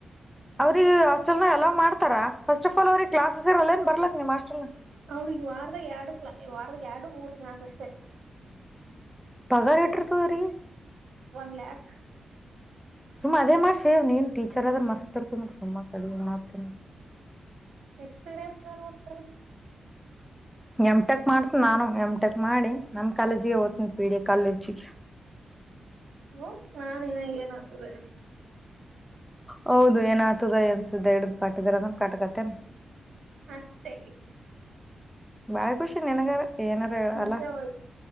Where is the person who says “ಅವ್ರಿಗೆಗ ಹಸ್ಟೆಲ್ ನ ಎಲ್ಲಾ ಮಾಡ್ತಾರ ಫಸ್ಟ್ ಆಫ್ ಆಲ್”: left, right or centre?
Centre